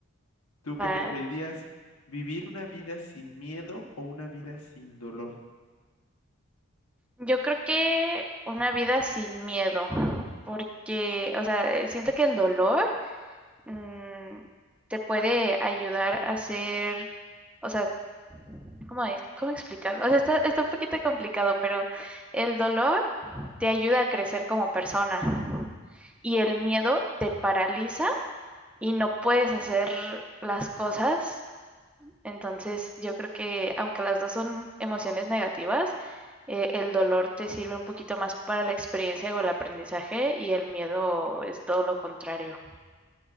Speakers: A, on the left; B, in the centre.
A: ¿Tú qué
B: Va.
A: preferirías? ¿Vivir una vida sin miedo o una vida sin dolor?
B: Yo creo que una vida sin miedo, porque, o sea, eh, siento que el dolor mm, te puede ayudar a ser... O sea, ¿Cómo, es? ¿Cómo explicarlo? O sea, está, está un poquito complicado, pero el dolor te ayuda a crecer como persona y el miedo te paraliza y no puedes hacer las cosas. Entonces, yo creo que aunque las dos son emociones negativas, eh, el dolor te sirve un poquito más para la experiencia o el aprendizaje y el miedo es todo lo contrario.